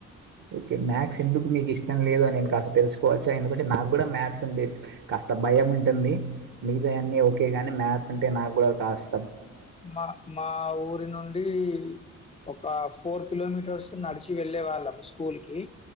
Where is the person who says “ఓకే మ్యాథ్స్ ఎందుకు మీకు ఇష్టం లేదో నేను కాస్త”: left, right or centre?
Right